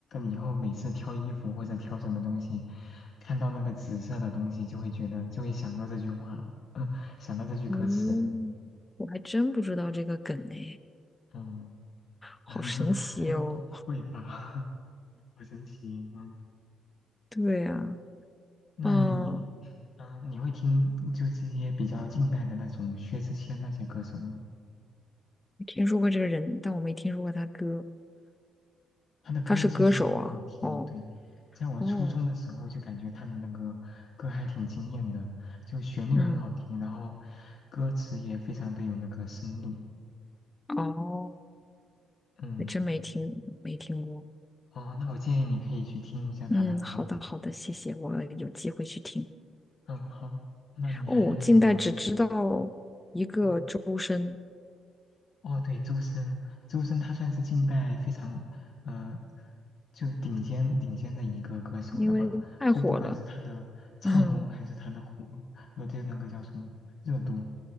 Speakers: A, on the left; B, on the left.
A: 以后每次挑衣服或者挑什么东西，看到那个紫色的东西就会觉得就会想到这句话，嗯想到这句歌词，
B: 哦，我还真不知道这个梗哎，
A: 嗯
B: 好神奇哦。
A: <laughs> 嗯，会吧，<laughs> 好神奇，嗯。
B: 对呀。
A: 那你
B: 嗯，
A: 嗯，你会听就这些比较近代的那种薛之谦那些歌手吗？
B: 听说过这个人，但我没听说过他歌。
A: 他的歌其实也挺好听，
B: 他是歌手啊？哦
A: 对，在我初中的时候就感觉他的那个歌还挺惊艳的，
B: 哦，
A: 就旋律很好听，
B: 嗯
A: 然后歌词也非常的有那个深度。
B: 嗯哦，
A: 嗯，
B: 还真没听没听过。
A: 哦，那我建议你可以去听一下他的歌。
B: 嗯，好的好的，谢谢，我有机会去听。
A: 嗯，好，那你还有什么？
B: 哦，近代只知道一个周深，
A: 嗯。哦，对，周深，周深他算是近代非常，呃，就顶尖顶尖的一个歌手了吧？
B: 因为太火了。
A: 就不管是他的唱功还是他的火，
B: 嗯
A: 呃，就那个叫什么热度，